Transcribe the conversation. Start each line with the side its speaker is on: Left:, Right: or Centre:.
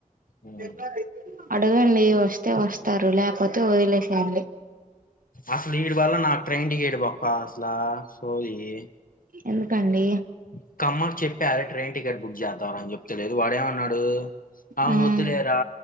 Left: హ్మ్
Right: లెఫ్ట్ రైట్ అడగండి వస్తే వస్తారు లేకపోతే వదిలేసేయండి
Left: అసలు ఈడ్ వల్ల నా ట్రైన్ టికెట్ బొక్క అసల సొ సోయే
Right: ఎందుకండి
Left: ఇంకమ్మకి చెప్పా అదే ట్రైన్ టికెట్ బుక్ చేద్దాం రా అని చెప్ ఇంచలేదు వాడేమన్నాడు అ
Right: మ్మ్
Left: వద్దులేరా